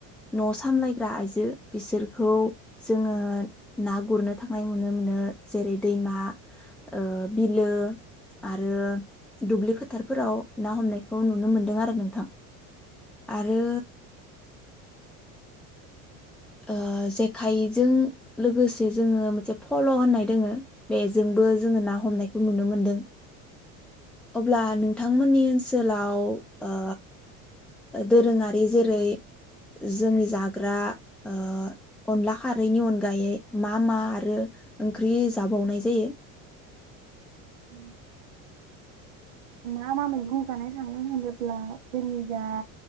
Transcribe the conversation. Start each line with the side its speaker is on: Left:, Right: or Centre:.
Centre: न सामलायग्रा आइजो बिसोरखौ जोङो ना गुरनो थांनाय नुनो मोनो जेरै दैमा ओ बिलो आरो दुब्लि फोथारफोराव ना हमनायखौ नुनो मोनदों आरो नोंथां आरो ओ जेखाइजों लोगोसे जोङो मोनसे फल होननाय दोङो। बेजोंबो जोङो ना हमनायखौ नुनो मोनदों अब्ला नों बिथांमोननि ओनसोलाव ओ दोरोङारि जेरै जोंनि जाग्रा ओ अनला खारैनि अनगायै मा मा आरो ओंख्रि जाबावनाय जायो?
Right: <inaudible> मा मा मैगं जानाय थाङो होनोब्ला जोंनि जा